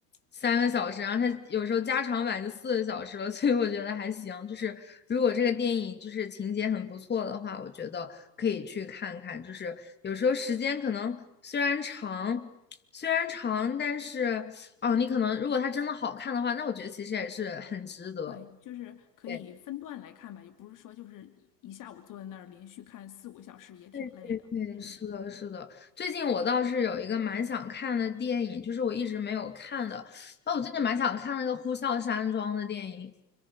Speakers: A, on the left; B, on the left.
A: 三个小时，然后它有时候加长版就四个小时了，<laughs> 所以我觉得还行。就是如果这个电影就是情节很不错的话，我觉得可以去看看。就是有时候时间可能虽然长，虽然长，但是哦，你可能如果它真的好看的话，那我觉得其实也是很值得。
B: 对，就是可以分段来看吧，
A: 对
B: 也不是说就是一一下午坐在那儿连续看四五个小时也挺累的。
A: 对对对，
B: 嗯，
A: 是的，是的。最近我倒是有一个蛮想看的电影，就是我一直没有看的。那我最近蛮想看那个《呼啸山庄》的电影，